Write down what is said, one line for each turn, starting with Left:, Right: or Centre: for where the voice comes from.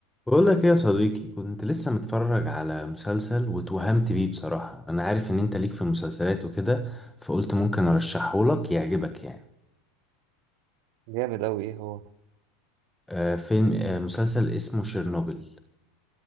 Centre: بقول لك ايه يا صديقي كنت لسه متفرج على مسلسل واتوهمت بيه بصراحة انا عارف ان انت ليك في المسلسلات وكده فقلت ممكن ارشحه لك يعجبك يعني
Right: جامد أوي إيه هو
Centre: آه فيلم آه مسلسل اسمه شيرنوبل